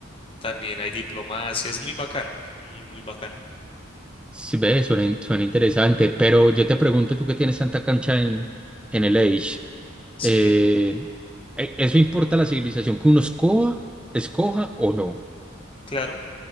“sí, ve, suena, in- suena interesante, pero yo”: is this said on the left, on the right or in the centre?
Centre